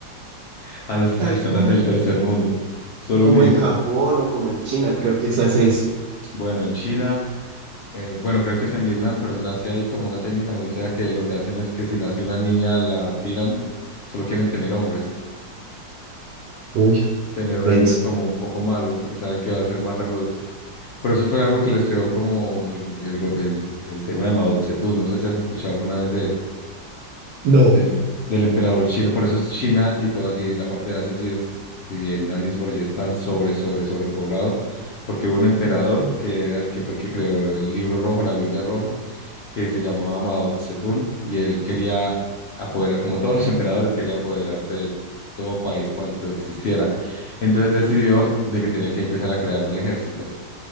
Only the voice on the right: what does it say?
Tal
cual.
Como
en Japón o como en China, creo que se hace eso.
Uy,
denso.
No,